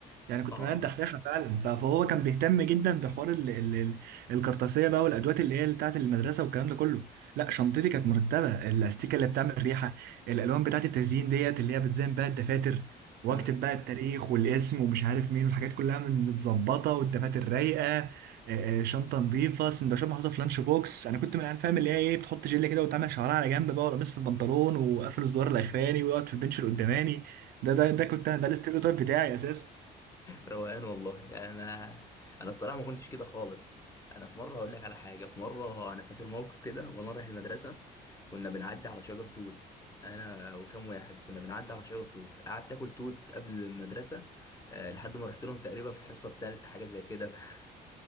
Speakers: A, on the right; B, on the left.
A: يعني كنت
B: اه
A: مهندس دحيحه فعلا ف- فهو كان بيهتم جدا بحوار ال ال ال الكرطاسيه بقى والادوات اللي هي بتاعه المدرسه والكلام ده كله لا شنطتي كانت مرتبه الاستيكه اللي بتعمل ريحه الالوان بتاعه التزيين ديت اللي هي بتزين بقى الدفاتر واكتب
B: امم
A: بقى التاريخ والاسم ومش عارف مين والحاجات كلها من متظبطه والدفاتر رايقه آه، آه، شنطه نظيفه سندوتشات محطوطه في لانش بوكس انا كنت من العيال فاهم اللي هي ايه بتحط جل كده وتعمل شعرها على جنب بقى ولا مس في البنطلون وقافل الزرار الاخراني ويقعد في البنش اللي قداماني ده ده ده كنت انا ده الاستيريوتايب بتاعي اساسا
B: روقان والله يعني انا انا الصراحه ما كنتش كده خالص انا في مره هقول لك على حاجه في مره انا فاكر موقف كده وانا رايح المدرسه كنا بنعدي على شجر توت انا وكم واحد كنا بنعدي على شجر توت قعدت اكل توت قبل المدرسه آه، لحد ما رحت لهم تقريبا في الحصه الثالثه حاجه زي كده <laughs> ف-